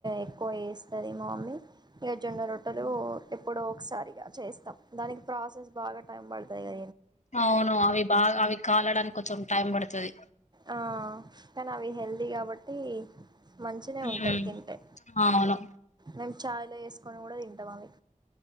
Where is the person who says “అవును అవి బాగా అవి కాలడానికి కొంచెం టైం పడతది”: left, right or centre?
Left